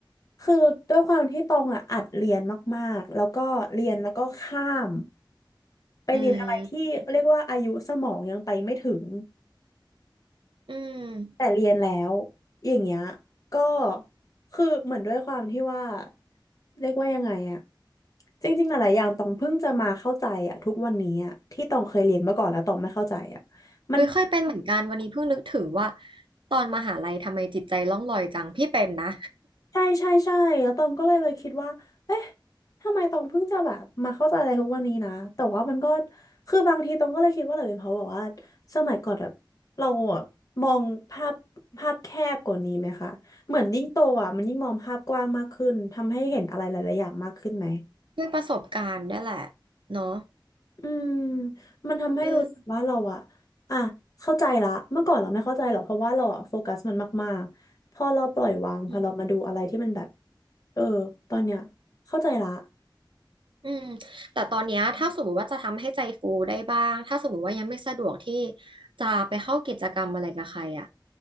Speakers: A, on the left; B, on the right.
A: คือด้วยความที่ตองอะอัดเรียนมากๆแล้วก็เรียนแล้วก็ข้ามไปเรียนอะไรที่เรียกว่าอายุสมองยังไปไม่ถึง
B: อืมอืม
A: แต่เรียนแล้วอย่างเงี้ยก็คือเหมือนด้วยความที่ว่าเรียกว่ายังไงอะจริงๆหลายๆอย่างตองเพิ่งจะมาเข้าใจอะทุกวันนี้อะที่ตองเคยเรียนมาก่อนแล้วตองไม่เข้าใจอะมัน
B: เฮ้ยเคยเป็นเหมือนกันวันนี้เพิ่งนึกถึงว่าตอนมหาลัยทำไมจิตใจล่องลอยจังพี่เป็นนะ
A: ใช่ใช่ใช่แล้วตองก็เลยไปคิดว่าเอ๊ะทำไมตองเพิ่งจะแบบมาเข้าใจอะไรทุกวันนี้นะแต่ว่ามันก็คือบางทีตองก็เลยคิดว่าหรือเป็นเพราะแบบว่าสมัยก่อนแบบเราอะมองภาพภาพแคบกว่านี้ไหมคะเหมือนยิ่งโตอ่ะมันยิ่งมองภาพกว้างมากขึ้นทำให้เห็นอะไรหลายๆอย่างมากขึ้นไหม
B: ด้วยประสบการณ์ด้วยแหละเนาะ
A: อืมมันทำให้รู้สึกว่าเราอะ
B: อื
A: อ่ะเข้าใจละเมื่อก่อนเราไม่เข้าใจหรอกเพราะว่าเราอะโฟกัสมันมากๆพอเราปล่อยวางพอเรามาดูอะไรที่มันแบบ
B: ม
A: เออตอนเนี้ยเข้าใจละ
B: อืมแต่ตอนเนี้ยถ้าสมมติว่าจะทำให้ใจฟูได้บ้างถ้าสมมติว่ายังไม่สะดวกที่จะไปเข้ากิจกรรมอะไรกับใครอ่ะ